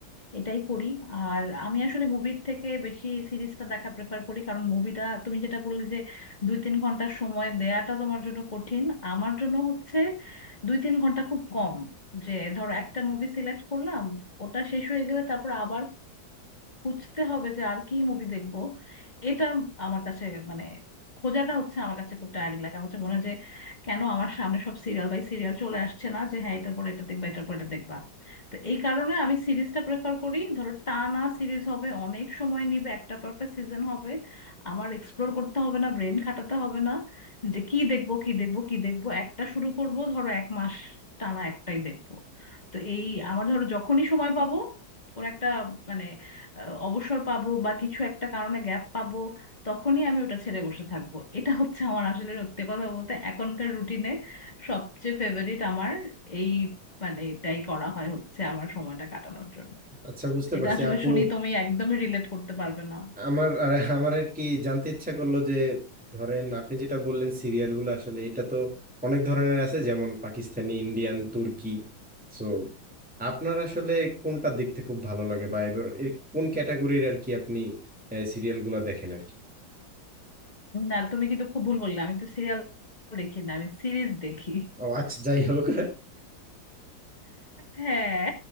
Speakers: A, on the left; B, in the centre.
A: এটাই করি আর আমি আসলে মুভির থেকে বেশি সিরিজটা দেখা প্রেফার করি কারণ মুভিটা তুমি যেটা বললে যে দুই তিন ঘন্টার সময় দেয়াটা তোমার জন্য কঠিন আমার জন্য হচ্ছে দুই তিন ঘন্টা খুব কম যে ধরো একটা মুভি সিলেক্ট করলাম ওটা শেষ হয়ে গেলে তারপর আবার খুঁজতে হবে যে আর কি মুভি দেখব এটা আমার কাছে মানে খোঁজাটা হচ্ছে আমার কাছে খুব টায়ারিং লাগে আমার কাছে মনে হয় যে কেন আমার সামনে সব সিরিয়াল বাই সিরিয়াল চলে আসছে না যে হ্যাঁ এটার পরে এটা দেখবা এটার পর এটা দেখবা তো এই কারণে আমি সিরিজটা প্রেফার করি ধরো টানা সিরিজ হবে অনেক সময় নিবে একটা পর একটা সিজন হবে আমার এক্সপ্লোর করতে হবে না ব্রেন খাটাতে হবে না যে কি দেখবো কি দেখবো কি দেখবো একটা শুরু করব ধরো এক মাস টানা একটাই দেখবো তো এই আমার ধরো যখনই সময় পাবো ওর একটা মানে আহ, অবসর পাবো বা কিছু একটা কারণে গ্যাপ পাবো তখনই আমি ওটা ছেড়ে বসে থাকবো এটা হচ্ছে আমার আসলে সত্যি কথা বলতে এখনকার রুটিনে সবচেয়ে ফেভারিট আমার এই মানে এটাই করা হয় হচ্ছে আমার সময়টা কাটানোর জন্য
B: আচ্ছা বুঝতে
A: এটা
B: পারছি
A: আসলে
B: আপু
A: শুনি তুমি একদমই রিলেট করতে পারবে না
B: আমার আর আমার আর কি জানতে ইচ্ছা করলো যে ধরেন আপনি যেটা বললেন সিরিয়ালগুলো আসলে এটা তো অনেক ধরনের আছে যেমন পাকিস্তানি ইন্ডিয়ান তুর্কি সো আপনার আসলে কোনটা দেখতে খুব ভালো লাগে বা এবার এর কোন ক্যাটাগরির আর কি আপনি সিরিয়ালগুলো দেখেন আর কি
A: না তুমি কিন্তু খুব ভুল বললে আমি তো সিরিয়াল দেখি না আমি সিরিজ দেখি
B: ও আচ্ছা যাই হোক
A: হ্যাঁ